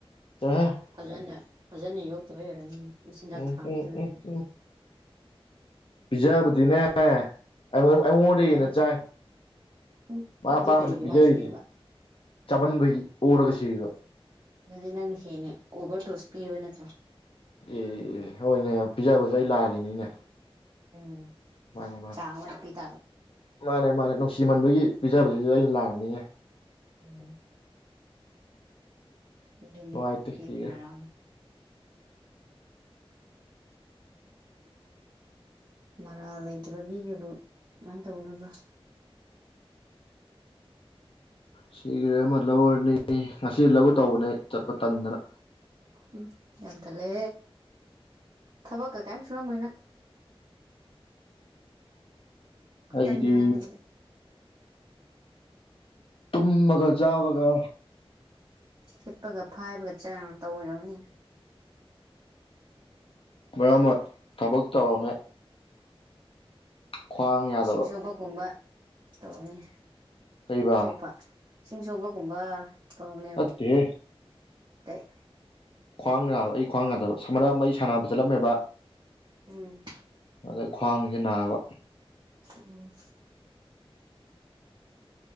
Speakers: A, on the left (about 65°); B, on the right (about 50°).
A: ꯇꯔꯍ
B: ꯐꯖꯅ ꯐꯖꯅ ꯌꯣꯛꯇꯕꯩ ꯑꯣꯏꯔꯅꯤ ꯃꯆꯤꯟꯖꯥꯛ
A: ꯎꯝ
B: ꯊꯥꯕꯤꯗꯕ
A: ꯎꯝ
B: ꯑꯣꯏꯔꯅꯤ
A: ꯎꯝ ꯎꯝ ꯄꯤꯖꯕꯗꯤꯅꯦ ꯑꯩꯉꯣꯟ ꯑꯩꯉꯣꯟꯗ
B: ꯍꯥꯏꯔꯅꯨ
A: ꯍꯦꯟꯅ ꯆꯥꯏ
B: ꯎꯝ
A: ꯑ
B: ꯑꯗꯨꯗꯤ
A: ꯑꯄꯥꯝꯕꯅ
B: ꯀꯔꯤꯒꯤ
A: ꯄꯤꯖꯔꯤꯁꯦ
B: ꯃꯥ ꯁꯤꯔꯤꯕ
A: ꯆꯄꯟꯕꯒꯤ ꯑꯣꯔꯒ ꯆꯩꯌꯒ
B: ꯑꯗꯨꯗꯤ ꯅꯪ ꯍꯦꯅꯦ ꯑꯣꯕꯔ ꯇꯣꯁ ꯄꯤ ꯏꯕ ꯅꯠꯇ꯭ꯔꯥ
A: ꯑꯦ ꯑꯦ ꯍꯣꯏꯅꯦ ꯄꯤꯖꯥ ꯕꯖꯥ ꯑꯩ ꯂꯥꯜꯂꯤꯅꯤꯅꯦ
B: ꯎꯝ
A: ꯃꯥꯅꯦ ꯃꯥꯅꯦ
B: ꯆꯥꯉꯃ ꯄꯤ ꯇꯥꯒ
A: ꯃꯥꯅꯦ ꯃꯥꯅꯦ ꯅꯨꯡꯁꯤꯃꯟꯕꯒꯤ ꯄꯤꯖꯕꯁꯤꯗ ꯑꯩꯅ ꯂꯥꯛꯔꯕꯅꯤꯅꯦ
B: ꯎꯝ ꯑꯗꯨꯅꯤ
A: ꯅꯨꯡꯉꯥꯏꯇꯦ ꯁꯤꯒ꯭ꯔꯦ
B: ꯃꯔꯥꯡ
A: <inaudible>
B: ꯃꯔꯥ ꯂꯩꯇꯕ ꯃꯤꯁꯤꯕꯨ ꯀꯃꯥꯏꯅ ꯇꯧꯅꯕ꯭ꯔꯥ
A: ꯁꯤꯒꯤꯔꯦ ꯑꯃ ꯂꯧꯔꯅꯤ ꯉꯁꯤ ꯂꯧꯒꯦ ꯇꯧꯕꯅꯦ ꯆꯠꯄ ꯇꯟꯗꯅ
B: ꯎꯝ ꯌꯥꯝꯊꯠꯂꯦ ꯊꯕꯛꯀ ꯀꯔꯤꯝ ꯁꯨꯔꯝꯃꯣꯏꯅ ꯈꯨꯇꯟꯗꯣ
A: ꯑꯩꯗꯤ
B: ꯍꯥꯏꯔꯒꯗꯤ
A: ꯇꯨꯝꯃꯒ ꯆꯥꯕꯒ
B: ꯍꯤꯠꯄꯒ ꯐꯥꯏꯕꯒ ꯆ ꯇꯧ ꯑꯣꯏꯔꯣꯅꯤ
A: ꯃ ꯑꯃ ꯊꯕꯛ ꯇꯧꯔꯝꯃꯦ ꯈ꯭ꯋꯥꯡ ꯌꯥꯗꯕ
B: ꯏꯁꯤꯡ ꯁꯨꯕꯒꯨꯝꯕ ꯇꯧꯔꯝꯅꯤ
A: ꯀꯩꯕꯥ
B: ꯁꯣꯛꯄ ꯏꯁꯤꯡ ꯁꯣꯛꯄꯒꯨꯝꯕ ꯇꯧꯔꯅꯦꯕ
A: ꯅꯠꯇꯦꯍꯦ
B: ꯑꯩ
A: ꯈ꯭ꯋꯥꯡ ꯅꯥꯕ ꯑꯩ ꯈ꯭ꯋꯥꯡ ꯅꯥꯗꯕ ꯁꯝꯥꯟꯅ ꯑꯃ ꯑꯩ ꯁꯥꯟꯅꯕ ꯆꯠꯂꯝꯃꯦꯕ
B: ꯎꯝ
A: ꯑꯗꯩ ꯈ꯭ꯋꯥꯡꯁꯤꯦ ꯅꯥꯕ
B: ꯎꯝ